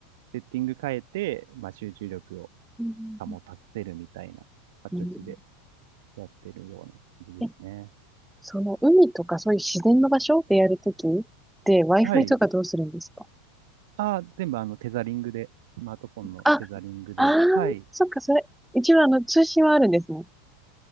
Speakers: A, on the right; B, in the centre.
A: セッティング変えて、まあ、集中力を
B: うんうん
A: 保たせるみたいな形で
B: うんう
A: やってるような感じですね。
B: ん、え、その海とかそういう自然の場所でやるときって Wi-Fi
A: はい。
B: とかどうするんですか
A: あ、全部あの、テザリングで、スマートフォンのテザリングで。
B: あ、あー、
A: はい。
B: そっか、それ。一応あの通信はあるんですね。